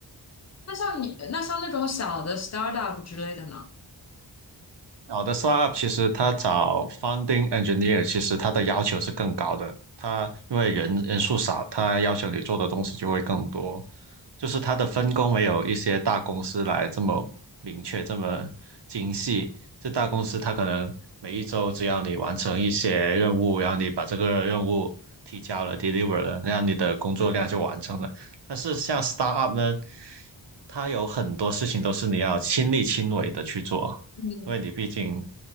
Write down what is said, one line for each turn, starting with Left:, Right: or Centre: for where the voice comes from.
Left: 那像你那像那种小的 startup 之类的呢？
Right: 好的 startup 其实它找 founding engineer，其实它的要求是更高的。它因为人人数少，它要求你做的东西就会更多。就是它的分工没有一些大公司来这么明确、这么精细。这大公司它可能每一周只要你完成一些任务，然后你把这个任务提交了、deliver 了，那样你的工作量就完成了。但是像 startup 呢，它有很多事情都是你要亲力亲为的去做。
Left: 嗯
Right: 因为你毕竟，